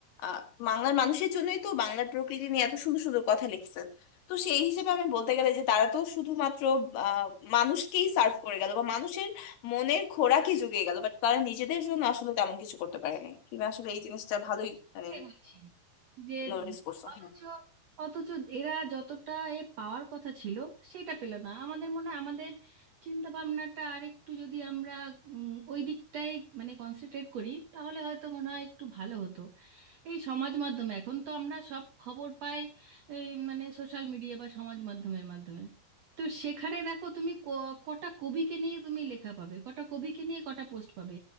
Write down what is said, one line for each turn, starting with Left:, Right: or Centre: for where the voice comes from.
Left: আহ, বাংলার মানুষের জন্যই তো বাংলার প্রকৃতি নিয়ে এত সুন্দর সুন্দর কথা লিখছেন তো সেই হিসেবে আমি বলতে গেলে যে তারা তো শুধুমাত্র আহ, মানুষকেই সার্ভ করে গেল বা মানুষের মনের খোরাকই জুগিয়ে গেল বাট তারা নিজেদের জন্য আসলে তেমন কিছু করতে পারেনি তুমি আসলে এই জিনিসটা ভালোই মানে
Right: সেটাই বলছি যে
Left: নোটিস করছো
Right: অথচ
Left: হ্যাঁ
Right: অথচ এরা যতটা এ পাওয়ার কথা ছিল সেটা পেল না আমাদের মনে হয় আমাদের চিন্তা ভাবনাটা আর একটু যদি আমরা উম, ওই দিকটাই মানে কনসেন্ট্রেট করি তাহলে হয়তো মনে হয় একটু ভালো হতো এই সমাজ মাধ্যমে এখন তো আমরা সব খবর পাই এই মানে সোশ্যাল মিডিয়া বা সমাজ মাধ্যমের মাধ্যমে তো সেখানে দেখো তুমি ক- কটা কবিকে নিয়ে তুমি লেখা পাবে কটা কবিকে নিয়ে কটা পোস্ট পাবে